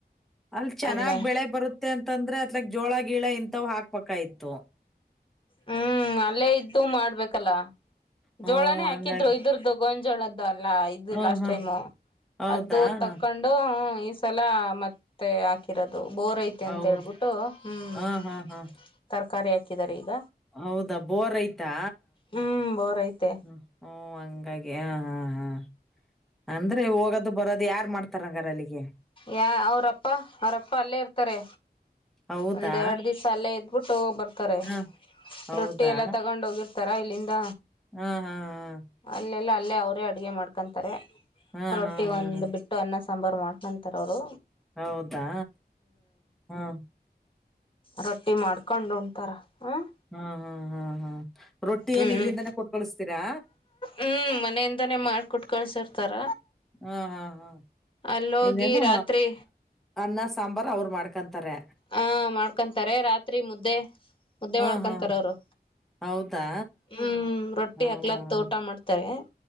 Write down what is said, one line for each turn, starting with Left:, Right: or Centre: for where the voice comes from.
Centre: ಅಲ್ಲಿ ಚೆನ್ನಾಗ್
Left: ಅಲ್ಲೇ
Centre: ಬೆಳೆ ಬರು ತತಂದ್ರೆ ಅತ್ಲಾಕ್ ಜೋಳ ಗೀಳ ಇಂಥವ್ ಹಾಕ್ಬೇಕಾಯಿತ್ತು.
Left: ಹ್ಮ್ ಅಲ್ಲೇ ಇದ್ದು ಮಾಡ್ಬೇಕಲ.
Centre: ಹ್ಞೂ
Left: ಜೋಳನೇ ಹಾಕಿದ್ರು
Centre: ಹಂಗಾಗಿ
Left: ಇದರ್ದು ಗೋವಿಂಜೊಳದ. ಲ್ಲಾ ಇದು
Centre: ಹಾ
Left: ಲಾಸ್ಟ್
Centre: ಹಾ
Left: ಟೈಮ್
Centre: ಹೌದಾ
Left: ಅದು ತಕೊಂಡು
Centre: ಹಾ
Left: ಈ ಸಲ ಮ ಮತ್ತೆ ಹಾಕಿರೋದು ಬೋರ್ ಐತೆ
Centre: ಹೌದ್
Left: ಅಂತ ಹೇಬಿಟ್ಟು ಹ್ಮ್.
Centre: ಹಾ ಹಾ ಹಾ
Left: ತರಕಾರಿ ಹಾಕಿದಾರೆ ಈಗ.
Centre: ಹೌದಾ ಬೋರ್ ಐಯ್ತಾ
Left: ಹ್ಮ್ ಬೋರ್ ಐತೆ
Centre: ಹ. ಹ್ಮು ಅಂಗಾಗಿ ಹಾ ಹಾ ಹಾ. ಅಂದ್ರೆ ಹೋಗೋದು ಬರೋದು ಯಾರ್ ಮಾಡ್ತಾರಂಗರ ಅಲ್ಲಿಗೆ.
Left: ಯ ಅವ್ರಪ್ಪ ಅವ್ರಪ್ಪ ಅಲ್ಲೇ ಇರ್ತಾರೆ
Centre: ಹೌದಾ
Left: ಒಂದೆರಡ್ ದಿವ್ಸ ಅಲ್ಲೇ ಇದ ಬಿಟ್ಟು ಹೋಗ್ ಬರ್ತಾರೆ
Centre: ಹಾ ಹೌದಾ
Left: ರೊಟ್ಟಿ ಎಲ್ಲ ತಗೊಂಡೋಗಿರ್ತಾರ ಇಲ್ಲಿಂದ.
Centre: ಹ್ಮ ಹ್ಮ ಹ್ಮ
Left: ಅಲ್ಲೆಲ್ಲ ಅಲ್ಲೇ ಅವರೇ ಅಡ್ಗೆ ಮಾಡ್ಕೊಂತಾರೆ
Centre: ಹಾ
Left: ರೊಟ್ಟಿ
Centre: ಹಾ ಹಾ
Left: ಒಂದು ಬಿಟ್ಟು ಅನ್ನ ಸಾಂಬಾರ ಮಾಡ್ಕೊ ಥರವರು.
Centre: ಹೌದಾ ಹ್ಮಾ.
Left: ರೊಟ್ಟಿ ಮಾಡ್ಕೊಂಡ್ ಉಣತಾರ ಹ್ಮ್.
Centre: ಹಾ ಹಾ ಹಾ ಹಾ ರೊಟ್ಟಿ
Left: ಹ್ಮ್
Centre: ಏನ್ ಇಲ್ಲಿಂದಾನೇ ಕೊಟ್ಕಳ್ಸತೀರಾ.
Left: ಹ್ಮ್ ಮನೆಯಿಂದಾನೇ ಮಾಡ್ಕಟ್ ಕಳ್ಸಿರ್ತಾರ.
Centre: ಹ ಹಾ ಹಾ
Left: ಅಲ್ಲೋಗಿ
Centre: ಎನ್ನೇನು
Left: ರಾತ್ರಿ
Centre: ಅನ್ನ ಸಾಂಬಾರು ಅವ್ರು ಮಾಡ್ಕೊಂತಾರೆ.
Left: ಹಾಂ ಮಾಡ್ಕೊಂತಾರೆ ರಾತ್ರಿ ಮುದ್ದೆ ಮುದ್ದೆ
Centre: ಹಾ
Left: ಮಾಡ್ಕೊತಾರೆ
Centre: ಹಾ
Left: ಅವರು
Centre: ಹೌದಾ
Left: ಹ್ಮ್ ರೊಟ್ಟಿ
Centre: ಹ್ಮ
Left: ಹಗ್ಲತ್ ಊಟ ಮಾಡ್ತಾವಿ.